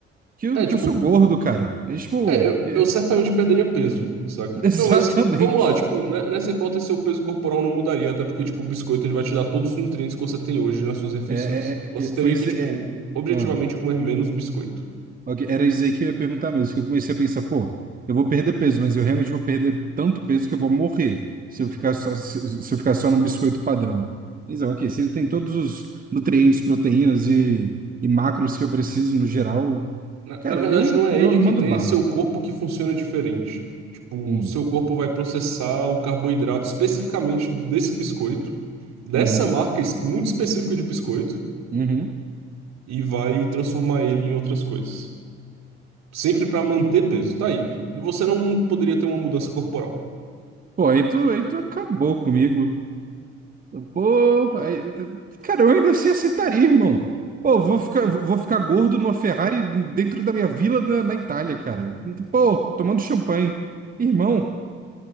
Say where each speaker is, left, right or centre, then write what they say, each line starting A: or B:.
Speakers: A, on the right; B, on the right.
A: que eu,
B: É,
A: que
B: tipo,
A: eu sou gordo, cara. É tipo,
B: é, eu,
A: é-
B: eu certamente perderia peso, saca?
A: <laughs> exatamente.
B: Não, mas vamos lá, tipo, né, nessa hipótese seu peso corporal não mudaria, até porque, tipo, o biscoito ele vai te dar todos os nutrientes que você tem hoje nas suas refeições.
A: É, é,
B: Você
A: é, é,
B: teria
A: foi. dizer-
B: que, tipo,
A: é-
B: objetivamente
A: ah,
B: comer menos biscoito.
A: ok, Era dizer que eu ia perguntar mesmo, que eu comecei a pensar, pô, eu vou perder peso, mas eu realmente vou perder tanto peso que eu vou morrer se eu ficar só, se, se eu ficar só num biscoito padrão. Mas, ah, ok, se ele tem todos os nutrientes, proteínas e, e macros que eu preciso no geral,
B: Na,
A: cara,
B: na verdade,
A: eu,
B: não é
A: eu,
B: ele
A: eu
B: que
A: mando
B: tem,
A: bala.
B: é seu corpo que funciona diferente. Tipo,
A: Hum,
B: o seu corpo vai processar o carboidrato especificamente desse biscoito, dessa
A: Uhum.
B: marca es- muito específica de biscoito,
A: Uhum.
B: e vai transformar ele em outras coisas. Sempre para manter peso. Tá aí. Você não poderia ter uma mudança corporal.
A: Pô, aí tu, aí tu acabou comigo. Pô, aí, cara, eu ainda assim aceitaria, irmão. Pô, vou ficar, vou ficar gordo numa Ferrari dentro da minha vila na, na Itália, cara. Pô, tomando champanhe. Irmão,